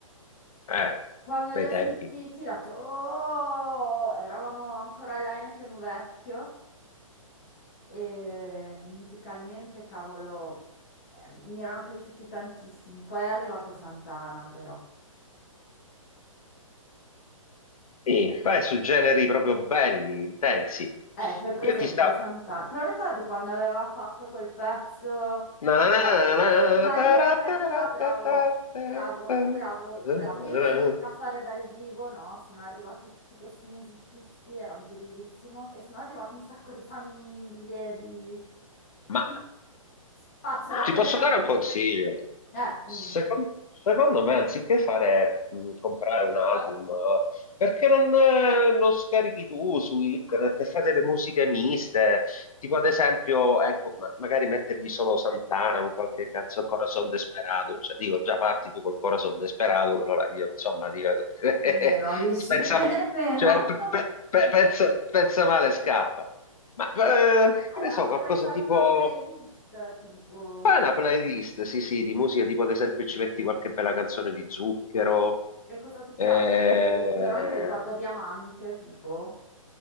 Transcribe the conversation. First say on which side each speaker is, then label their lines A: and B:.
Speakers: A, on the left; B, on the left.
A: Eh,
B: Quando
A: bei
B: li ho
A: tempi.
B: sentiti, ho detto, oh, eravamo ancora all'Heineken vecchio. E eh, musicalmente, cavolo, eh, mi erano piaciuti tantissimi. Poi è arrivato Santana, però.
A: Sì, vai su generi proprio belli, intensi.
B: Eh, c'è presente
A: Io ti stavo...
B: Santana. Te lo ricordi quando aveva fatto quel pezzo?
A: Na
B: eh,
A: na na na, na,
B: Maria,
A: tara
B: Maria,
A: tara
B: bravo,
A: ta ta ta
B: bravo,
A: ta.
B: bravo,
A: ta.
B: bravo. E io l'ho sentita fare dal vivo, no? Sono arrivati tutti questi musicisti, era bellissimo. E sono arrivate un sacco di famiglie, di...
A: Ma
B: Quindi spazio da
A: ti
B: quelle
A: posso
B: robe
A: dare un consiglio?
B: lì. Eh, dimmi.
A: Secon- Secondo, me, anziché fare, mh, comprare un album, eh, perché non, eh, non scarichi tu su internet e fai delle musiche miste, tipo ad esempio, ecco, ma- magari mettergli solo Santana, un qualche canzone, Corazon Desperado, cioè dico, già parti tu col Corazon Desperado, quello là, dico, insomma, dico, <laughs>
B: Meno, dici?
A: pensa,
B: <laughs> Meno.
A: cioè, pe-
B: <laughs>
A: pe- pe- pensa pensa male, scappa. Ma eh,
B: Beh, allora
A: che ne so,
B: potrei
A: qualcosa
B: fare
A: tipo.
B: una playlist, tipo,
A: Fai una playlist, sì, sì, di musica, tipo ad esempio ci metti qualche bella canzone di Zucchero,
B: e cosa ti piace
A: eh,
B: di zucchero? Io mi ricordo diamante, tipo,